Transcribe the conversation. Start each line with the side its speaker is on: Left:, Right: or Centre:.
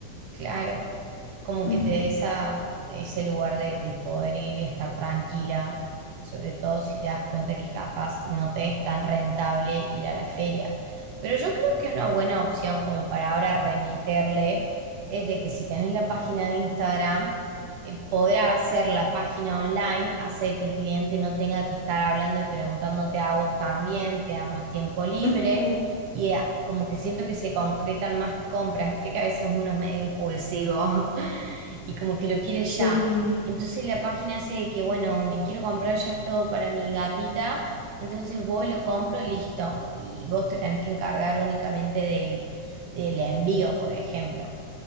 Right: Claro, como
Left: Ujú.
Right: que te dé esa, ese lugar de, de poder ir y estar tranquila, sobre todo si te das cuenta que capaz no te es tan rentable ir a la feria. Pero yo creo que una buena opción como para ahora remeterle es de que si tenés la página de Instagram, eh, podrá hacer la página online, hace que el cliente no tenga que estar hablando y preguntándote a vos también, te da más tiempo libre
Left: Ujú.
Right: y eh, como que siento que se concretan más compras, viste que a veces uno es medio impulsivo <laughs> y como que lo quiere ya.
Left: Sí.
Right: Entonces la página hace de que, bueno, me quiero comprar ya todo para mi gatita, entonces voy, lo compro y listo. Y vos te tenés que encargar únicamente del, del envío, por ejemplo.